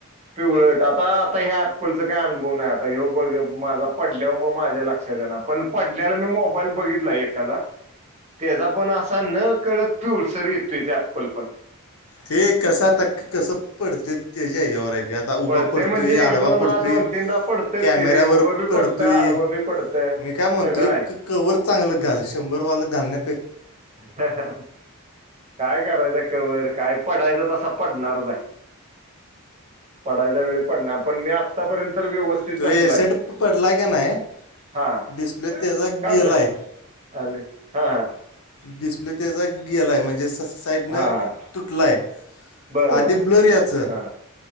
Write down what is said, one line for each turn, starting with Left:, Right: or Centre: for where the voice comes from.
Right: पिवळ डाग. हा आता ह्या ॲपलचा काय अनुभव नाही आता हे बघ माझा पडल्यावर मग माझ्या लक्षात येनार पण पडला. आपल्याला मी मोबाईल बघितला एखादा त्याचा पण असा न कळत पिवळसर येतोय अँपल पण
Left: ते कस आता कस पडतंय त्याच्या हेज्यावर आता उभा
Right: पडतंय
Left: पडतोय
Right: म्हणजे एक
Left: आडवा
Right: दोनदा
Left: पडतोय
Right: दोन तीनदा पडतंयच
Left: कॅमेऱ्यावर
Right: की रे उभं बी
Left: पडतोय.
Right: पडतं आडवं बी पडतं
Left: मी काय म्हणतो
Right: सगळं आहे
Left: कवर चांगलं घाल शंभर वालं घाल नय.
Right: काय करायच कवर काय? पडायचा तसा पडणारच हाय पडायच्या वेळी पडणार पण मी आतापर्यंत तर व्यवस्थित
Left: तो
Right: जपलाय.
Left: एसेट पडलाय का नाही
Right: हा
Left: डिस्प्ले त्याचा
Right: काय
Left: गेलाय
Right: झालं हा.
Left: डिस्प्ले त्याचा गेलाय म्हणजे स साइडनं
Right: हा हा
Left: तुटलाय.
Right: बर
Left: आधी
Right: बर
Left: ब्लर यायचं.
Right: हा